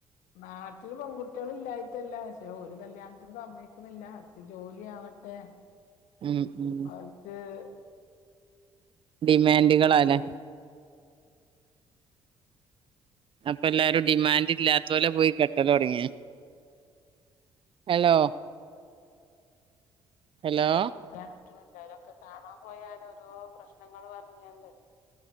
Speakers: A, on the left; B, on the right.
A: നാട്ടില് പെൺകുട്ടികൾ ഇല്ലായിട്ടല്ല പക്ഷെ ഒരു കല്യാണത്തിന് സമ്മക്കണില്ല അർക്ക് ജോലി ആവട്ടെ
B: ഉം ഉം
A: <unintelligible>
B: ഡിമാൻഡുകളല്ലേ അപ്പൊ എല്ലാരും ഡിമാൻഡ് ഇല്ലാത്തോലെ പോയി കെട്ടലൊട്ങ്ങി ഹലോ ഹലോ
A: <unintelligible> ക്കെ കാണാൻ പോയാല് ഓരോ പ്രശ്നങ്ങൾ പറഞ്ഞണ്ട്